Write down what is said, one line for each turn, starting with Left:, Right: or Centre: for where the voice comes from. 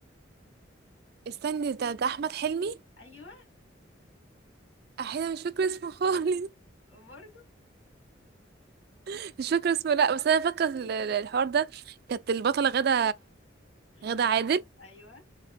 Right: استني ده ده أحمد حلمي
Left: أيوة
Right: أحيانا مش فاكرة اسمه خالص
Left: برضو
Right: <laughs> مش فاكرة اسمه لا بس أنا فاكرة ال- ال- الحوار ده كانت البطلة غدا
Left: غادة
Right: غدا
Left: عادل
Right: عادل
Left: أيوة